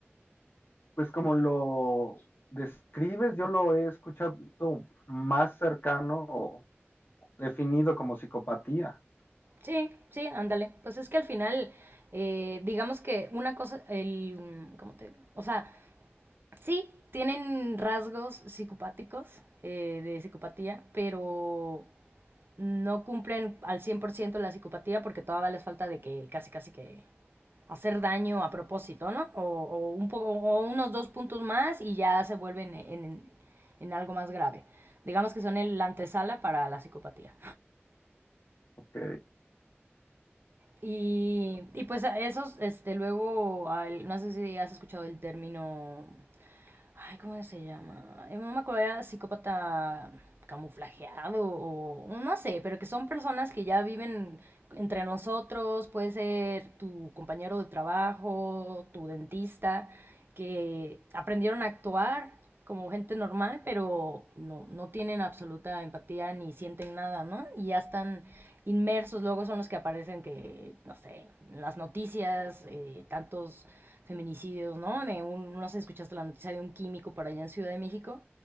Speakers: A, on the left; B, on the right.
A: Pues como lo describes, yo lo he escuchado más cercano o definido como psicopatía.
B: Sí, sí, ándale. Pues es que al final, eh, digamos que una cosa, el, ¿cómo te digo? O sea, sí, tienen rasgos psicopáticos eh, de psicopatía, pero no cumplen al 100% la psicopatía porque todavía les falta de que casi, casi que hacer daño a propósito, ¿no? O, o un poco, o unos dos puntos más y ya se vuelven en, en- en algo más grave. Digamos que son el antesala para la psicopatía.
A: Ok.
B: Y, y pues a esos, este, luego, al- no sé si has escuchado el término, ay, ¿cómo se llama? Eh, No me acuerdo, era psicópata camuflajeado o o no sé, pero que son personas que ya viven entre nosotros, puede ser tu compañero de trabajo, tu dentista, que aprendieron a actuar como gente normal, pero no, no tienen absoluta empatía ni sienten nada, ¿no? Y ya están inmersos, luego son los que aparecen que, no sé, en las noticias, eh, tantos feminicidios, ¿no? De un, no sé, escuchaste la noticia de un químico por allá en Ciudad de México.